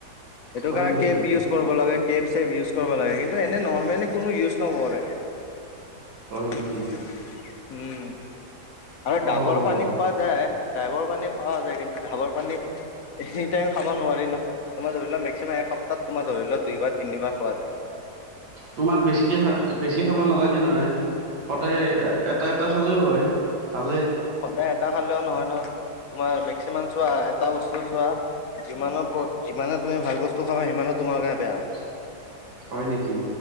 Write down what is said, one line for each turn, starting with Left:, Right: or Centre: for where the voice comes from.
Left: সেইটো
Right: হয়
Left: কাৰণে
Right: নেকি
Left: কেব ইউজ কৰিব লাগে। টেপ চেপ ইউজ কৰিব লাগে কিন্তু এনে নৰ্মেলি কোনো ইউজ নকৰে।
Right: হয় নেকি
Left: <inaudible> উম আৰু ডাবৰ
Right: অ
Left: পানী খোৱা যায়। ড্ৰাইভৰ পানী খোৱা যায় কিন্তু ঢাবৰ পানী এনি টাইম খাব নোৱাৰি ন তোমাৰ ধৰি লোৱাক মেক্সিমাম এসপ্তাহ তোমাৰ ধৰি লোৱাক দুইবাৰ তিনিবাৰ খোৱা যায়
Right: তোমাক বেছিকে খা বেছি খাব নালাগে নহয় সদায় এটা এটা খালেও হয় ভালেই
Left: সদায় এটা খালেও নহয় ন তোমাৰ মেক্সিমাম চোৱা এটা বস্তু চোৱা যিমানৰ যিমানে তুমি ভাল বস্তু খামা সিমানত তোমাৰ কাৰণে বেয়া
Right: <inaudible> নেকি?